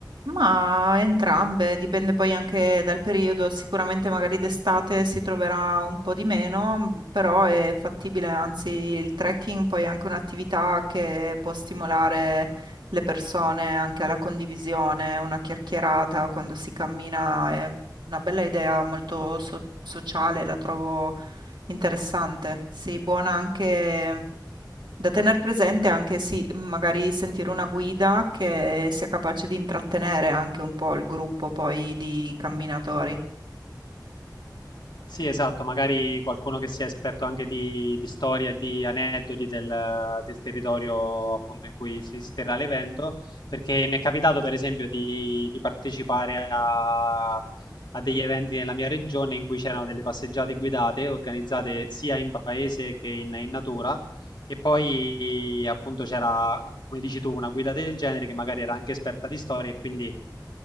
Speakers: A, on the right (about 85°); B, on the left (about 75°).
A: Ma entrambe, dipende poi anche dal periodo, sicuramente magari d'estate si troverà un po' di meno, però è fattibile, anzi il trekking poi è anche un'attività che può stimolare le persone anche alla condivisione, una chiacchierata quando si cammina, è una bella idea molto so- sociale, la trovo Interessante, sì, buona anche da tener presente, anche sì, magari sentire una guida che sia capace di intrattenere anche un po' il gruppo poi di camminatori.
B: Sì, esatto, magari qualcuno che sia esperto anche di, di storia e di aneddoti del, del territorio appunto in cui si, si terrà l'evento, perché mi è capitato per esempio di, di partecipare a, a degli eventi nella mia regione in cui c'erano delle passeggiate guidate organizzate sia in paese che in, in natura e poi appunto c'era, come dici tu, una guida del genere che magari era anche esperta di storia e quindi